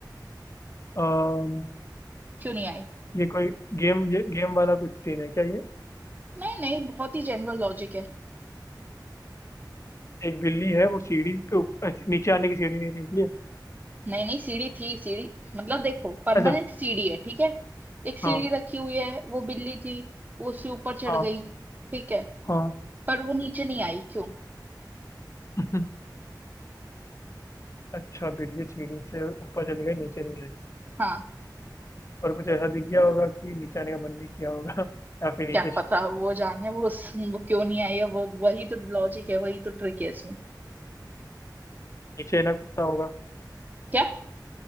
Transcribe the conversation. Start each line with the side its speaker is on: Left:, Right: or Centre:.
Left: अम्म
Right: क्यों नहीं आई
Left: ये कोई गेम ये गेम वाला कुछ सीन है क्या ये
Right: नहीं नहीं बहुत ही जनरल लॉजिक है
Left: एक बिल्ली है वो सीढ़ी पे ऊपर- नीचे आने की सीढ़ी नहीं थी इसलिए
Right: नहीं नहीं सीढ़ी थी सीढ़ी मतलब देखो परमानेंट
Left: अच्छा
Right: सीढ़ी है ठीक है एक सीढ़ी
Left: हाँ
Right: रखी हुई है वो बिल्ली थी वो उससे ऊपर चढ़
Left: हाँ
Right: गई ठीक है
Left: हाँ
Right: पर वो नीचे नहीं आई क्यों
Left: <laughs> अच्छा बिल्ली सीढ़ी से ऊपर चली गई नीचे नहीं आई
Right: हाँ
Left: और कुछ ऐसा दिख गया होगा कि नीचे आने का मन नहीं किया होगा <laughs> या फिर नीचे
Right: क्या पता वो जाने वो, उस, वो क्यों नहीं आई है वो वही तो लॉजिक है वही तो ट्रिक है इसमें
Left: नीचे ना कुत्ता होगा
Right: क्या